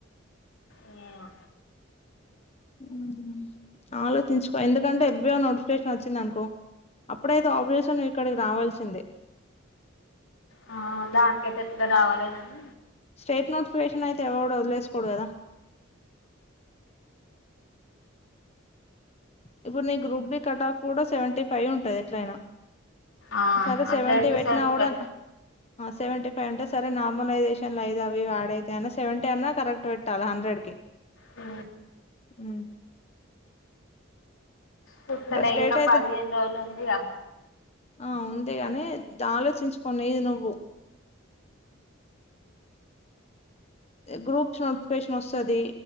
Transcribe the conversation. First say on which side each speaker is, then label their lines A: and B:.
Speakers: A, on the left; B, on the left.
A: మ్ అ
B: మ్ ఆలోచించుకో ఎందుకంటే యస్ బి ఐ నోటిఫికేషన్ వచ్చింది అనుకో అప్పుడైతే ఆపరేషన్ ఇక్కడికి రావాల్సిందే
A: ఆ దానికైతే ఎట్లా రావాలిదండి
B: స్టేట్ నోటిఫికేషన్ అయితే ఎవరు వదిలేకోడు కదా ఇప్పుడు నీ గ్రూప్ బి కట్ ఆఫ్ కూడా సెవెంటీ ఫైవ్ ఉంటది ఎట్లయినా
A: ఆ
B: సరే
A: అందరికి
B: సెవెంటీ పెట్టినా కూడా
A: ఫైవ్
B: సెవెంటీ ఫైవ్ అంటే నార్మలైజేషన్ అయిదావి ఆడ అయితే అన్న సెవెంటీ అనా కరెక్ట్ పెట్ టాల హండ్రెడ్ కి
A: ఉ
B: ఉ
A: చుట్టలే
B: స్ట్రేట్
A: ఇంకా
B: అయితే
A: పదిహేను రోజులు ఉందిగా
B: ఆ ఉంది గాని ఆలోచించుకొని ఇది నువ్వు గ్రూప్స్ నోటిఫికేషన్ వస్తది